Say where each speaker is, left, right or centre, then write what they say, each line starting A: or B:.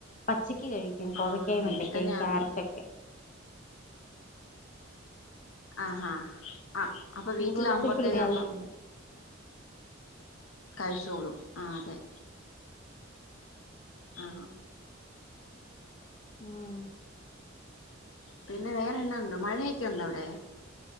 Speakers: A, on the left; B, on the left.
A: പച്ചക്ക് കഴിക്കും കോവക്കായും
B: ആഹ് വീട്ടിൽ
A: വെണ്ടക്കായും
B: തന്നെ ആകുമ്പം
A: ക്യാരറ്റ് ഒക്കെ
B: ആഹാ ആ അപ്പൊ
A: ചൂടുവെള്ളത്തിൽ
B: വീട്ടിലാാവുമ്പോത്തേക്ക്
A: ഇട്ട്
B: ആകുമ്പോ
A: അത് തിന്നും
B: കഴിച്ചോളും ആ അതെ ആ
A: <inaudible>
B: പിന്നെ വേറെന്നാ ഉണ്ട് മഴയൊക്കെയുണ്ടോ അവിടെ